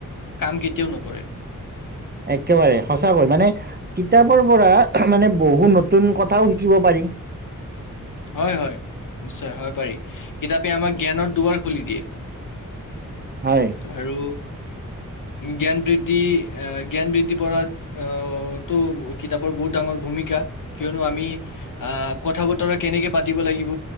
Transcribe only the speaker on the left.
কাম কেতিয়াও নকৰে
হয় হয় নিশ্চয় হয় পাৰি কিতাপ আমাক জ্ঞানৰ দুৱাৰ খুলি দিয়ে
আৰু জ্ঞান বৃদ্ধি আহ জ্ঞান বৃদ্ধি পৰা আহটো কিতাপৰ বহুত ডাঙৰ ভূমিকা কিয়নো আমি আহ কথা বতৰা কেনেকৈ পাতিব লাগিব